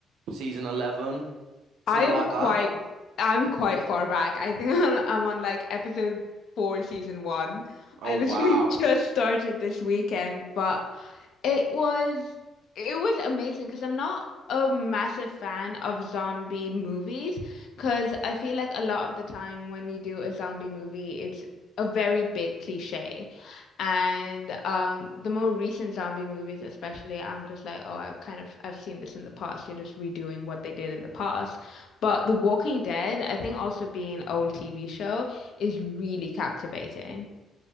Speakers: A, on the right (about 80°); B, on the left (about 70°).
A: season 11, something
B: I am
A: like
B: quite
A: that.
B: I'm quite far back. I think <laughs> I'm on like episode four, season one.
A: Oh
B: I literally
A: wow.
B: <laughs> just started this weekend, but it was it was amazing because I'm not a massive fan of zombie movies because I feel like a lot of the time when you do a zombie movie, it's a very big cliche. And um, the more recent zombie movies, especially, I'm just like, oh, I kind of I've seen this in the past. You're just redoing what they did in the past. But The Walking Dead, I think also being an old TV show, is really captivating.